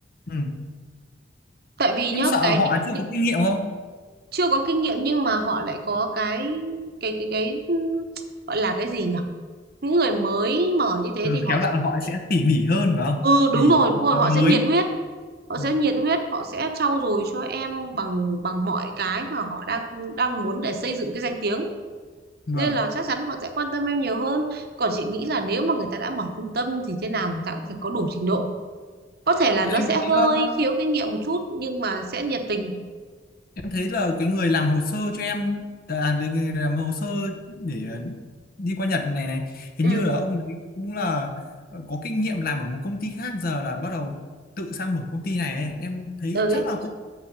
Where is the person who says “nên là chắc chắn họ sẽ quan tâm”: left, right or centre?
Right